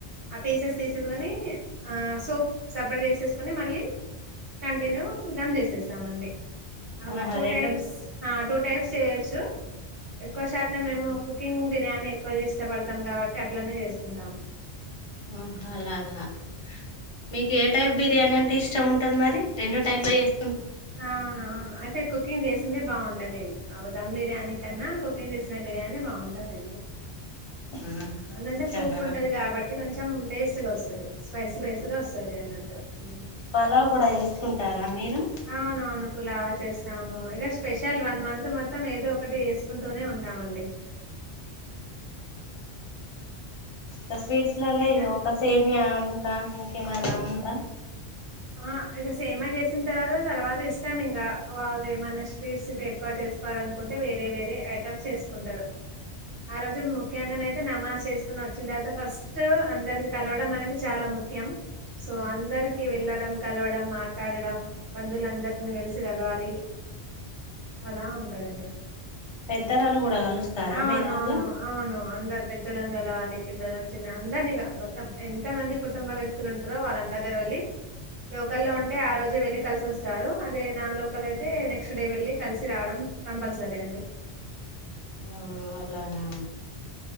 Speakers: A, on the right; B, on the left.
A: ఆ పీసెస్ తీసుకొని ఆ సోప్ సపరేట్ చేసేస్కొని మళ్ళీ కంటిన్యూ ధామ్ చేసేస్తామండి. అలా
B: ఆహా
A: టూ
B: రెండు
A: టైప్స్ ఆ టూ టైప్స్ చేయొచ్చు. ఎక్కువ శాతం మేము కుకింగ్ బిర్యానీ ఎక్కువ ఇష్టపడతాం కాబ ట్టి అట్లనే చేస్కుంటాం.
B: ఆ అలాగా మీకే టైప్ బిర్యానీ అంటే ఇష్టం ఉంటది మరి రెండు టైప్ల చేస్
A: ఆహా అయితే కుకింగ్ చేసిందే బాగుంటంది. ధమ్ బిర్యానీ కన్నా కుకింగ్ చేస్ సిన బిర్యానే బాగుంటదండి.
B: ఆహా
A: ఎందంటే
B: అట్లానా
A: సూప్ ఉంటది కాబట్టి కొంచం టేస్ట్ గొస్తది. స్పైసి స్పైసిగా వస్తది అన్నట్టు ఉమ్.
B: పలావ్ గుడా చేస్కుంటారా మీరు
A: అవునవును పులావా చేస్తాము. ఇగ స్పెషల్ వన్ మంత్ మొత్తం ఏదో ఒకటి చేస్కుంటూనే ఉంటామండి. <inaudible>
B: గ స్వీట్స్లల్ల
A: ఇంకా
B: ఇగ ఒక సేమియా ఇంకా ఇంకేమైనా ఉందా
A: ఆ ఇగ సేమియా చేసిన్ తర్వాత తర్వాత ఇష్టం ఇంకా వాళ్ళు ఏమన్న స్వీట్స్ ఇంకా ఎక్కువ చే చేస్కోవాలన్కుంటే వేరే వేరే ఐటమ్స్ చేస్కుంటారు. ఆ రోజు ముఖ్యంగా నయితే నమాజ్ చేసుకొని వచ్చిన తర్వాత ఫస్ట్ అందరికి కలవడం అనేది చాలా. ముఖ్యం సో అందర్కి వెళ్ళడం కలవడం, మాట్లాడడం, బంధువులందర్నీ కల్సి కలవాలి. అలా ఉంటదండి
B: పెద్దలను కూడా కలుస్తారా
A: అవునవును
B: మీ దానిలో
A: అవును అందర్ పెద్దలను కలవాలి. పిల్లలని చిన్న అందర్నీగా మొత్తం ఎంత మంది కుటుంబ వ్యక్తులుంటరో వాళ్ళన్ దగ్గర వెళ్ళి లోకల్లో ఉంటే ఆ రోజే వెళ్ళి కల్సి వస్తారు. అదే నాన్ లోకల్ అయితే నెక్స్ట్ డే వెళ్ళి కల్సి రావడం కంపల్సరీ అండి.
B: ఆ అలానా